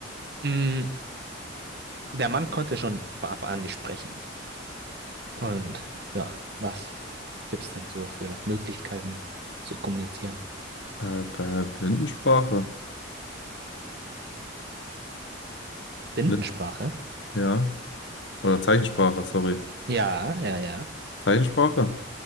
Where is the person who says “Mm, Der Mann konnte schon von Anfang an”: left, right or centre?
Right